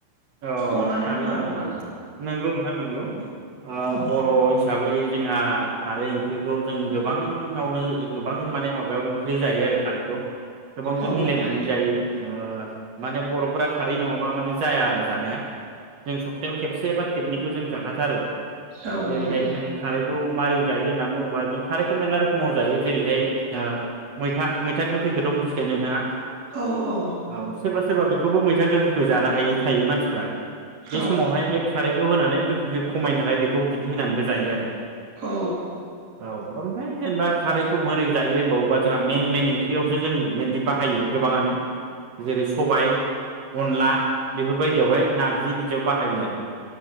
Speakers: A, on the right (about 65°); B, on the right (about 25°).
A: अ
B: अननानै
A: खारै
B: बुंनो हागोन ना?
A: नंगौ नोंथां नोंगौ ओ
B: औ
A: बर' हिसाबै जोंहा खारै ओंख्रिखौ जों गोबाङावनो गोबां माने माबायाव ओंख्रि जायो आरो खारैखौ गोबांजों
B: औ
A: मिलायनानै जायो। ओ माने बर'फोरा खारै नङाबा माने जाया आरो जानाया जों सप्तायाव खेबसे बा खेबनैखौ जों जाखाथारो
B: औ
A: जेरैहाय
B: नंगौ
A: नों खारैखौ मारै जायो होननानै बुङोबा फुंआव जायो जेरैहाय ओ मैथा मैथा गोखैखोथ' मिथिखायो नोंथाङा।
B: औ औ
A: औ सोरबा सोरबा बेखौ खौबो मैथा गोखैखौ जानो हायै थायो मानथि फ्रा बे
B: औ
A: समावहाय बे खारैखौ होनानै गोखै गोखै खमायनो थाखाय बेखौ बिदि होनानैबो जायो आरो
B: औ
A: औ ओमफ्राय जेनेबा खारैखौ मोरै जायो होनबावोबा जोंहा मेन मेन ओंख्रियावसो जों मेनलि बाहायो गोबाङानो जेरै सबाय अनला बेफोरबाय बेवहाय नारजि बिदियाव बाहायो आरो